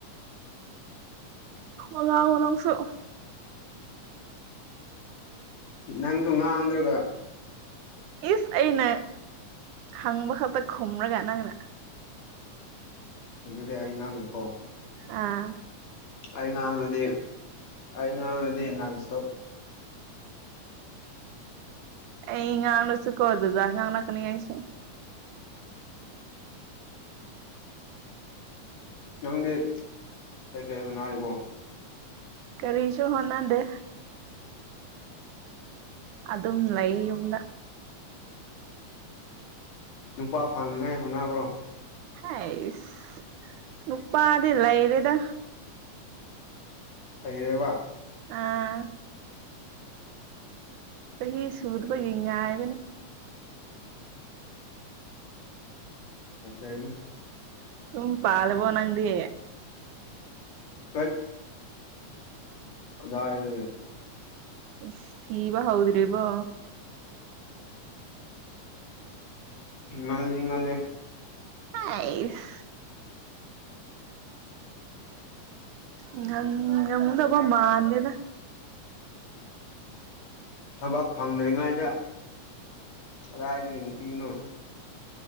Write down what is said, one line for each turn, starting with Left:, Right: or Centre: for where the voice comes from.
Right: ꯑꯣꯉ ꯅꯪꯁꯨ
Left: ꯅꯪꯁꯨ ꯉꯥꯡꯗ꯭ꯔꯒ
Right: ꯏꯁ ꯑꯩꯅ ꯍꯪꯕ ꯈꯛꯇ ꯈꯨꯝꯔꯒ ꯅꯪꯅ
Left: ꯑꯗꯨꯗꯤ ꯑꯩ ꯉꯥꯡꯉꯦꯀꯣ
Right: ꯑꯥ
Left: ꯑꯩ ꯉꯥꯡꯉꯗꯤ ꯑꯩ ꯉꯥꯡꯉꯗꯤ ꯅꯅꯥꯟꯁꯇꯣꯠ
Right: ꯏ ꯉꯅꯁꯨ ꯀ ꯑꯣꯏꯗꯗꯥꯡ ꯀꯅꯤꯁꯨ
Left: ꯅꯪꯗꯤ ꯀꯩꯀꯩ ꯅꯥꯔꯤꯕꯣ
Right: ꯀꯔꯤꯁꯨꯣ ꯍꯣꯅꯗꯦ ꯑ ꯑꯗꯨꯝ ꯂꯩꯨꯝꯅ
Left: ꯅꯨꯄꯥ ꯐꯪꯅꯤꯉꯥꯏ ꯍꯣꯠꯅꯔꯣ
Right: ꯍꯁ ꯅꯨꯨꯄ ꯑꯗꯨꯗꯂ ꯑꯦꯔꯦꯗ
Left: ꯑꯩꯩꯔꯦ ꯋꯥ
Right: ꯑꯥ ꯁꯍꯤ ꯁꯨꯗꯕꯒꯉ ꯃꯅꯤ
Left: ꯐꯖꯅ
Right: ꯎ ꯄꯥꯂꯕꯣꯅꯥꯗꯤ
Left: ꯀꯠ ꯑꯗ ꯑꯗꯨ
Right: ꯁ ꯊꯤꯕ ꯍꯥꯎꯗ꯭ꯔꯔꯤꯕ
Left: ꯉꯜ ꯉꯜꯂꯤꯦ
Right: ꯑꯁ ꯉ ꯌꯥꯝꯗꯄꯥ ꯃꯥꯗꯦꯗ
Left: ꯊꯕꯛ ꯐꯪꯗ꯭ꯔꯤꯉꯩꯗ ꯀꯗꯥꯏꯗꯒꯤ ꯅꯨꯄꯤꯅꯣ